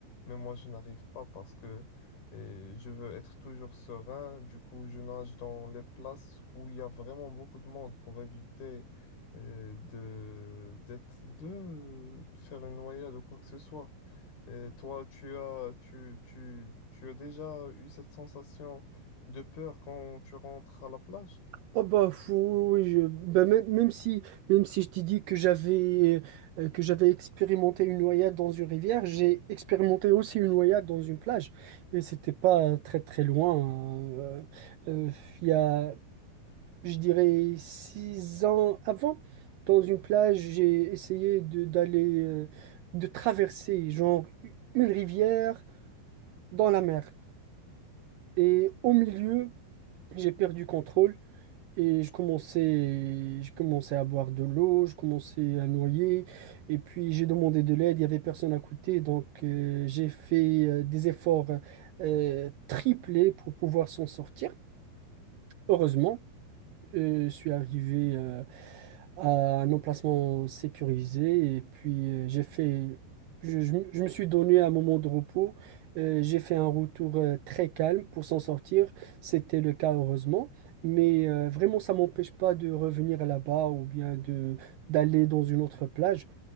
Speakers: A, on the left; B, on the right.
A: Mais moi, je n'arrive pas parce que euh, je veux être toujours serein. Du coup, je nage dans les places où il y a vraiment beaucoup de monde pour éviter euh, de, d'être, de faire une noyade ou quoi que ce soit. Et toi, tu as, tu, tu, tu as déjà eu cette sensation? De peur quand tu rentres à la plage?
B: Oh bah fou, oui, je, bah, même, même si même si je t'ai dit que j'avais euh, que j'avais expérimenté une noyade dans une rivière, j'ai expérimenté aussi une noyade dans une plage et c'était pas très très loin. hein. Euh, euh, il y a je dirais six ans avant dans une plage, j'ai essayé de d'aller euh, de traverser genre une rivière dans la mer et au milieu j'ai perdu contrôle et je commençais, je commençais à boire de l'eau, je commençais à noyer. Et puis j'ai demandé de l'aide, il n'y avait personne à côté. Donc euh, j'ai fait euh, des efforts euh, triplés pour pouvoir s'en sortir. Heureusement, euh, je suis arrivé. euh, à un emplacement sécurisé. Et puis, euh, j'ai fait, je, je me je me suis donné un moment de repos. Euh, j'ai fait un retour euh, très calme pour s'en sortir. C'était le cas, heureusement. Mais euh, vraiment, ça m'empêche pas de revenir là-bas ou bien de d'aller dans une autre plage.